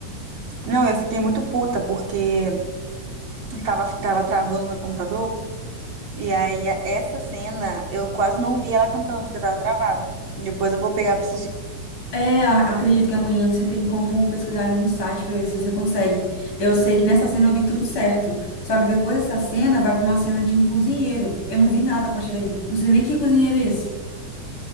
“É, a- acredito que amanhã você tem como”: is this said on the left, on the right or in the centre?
Left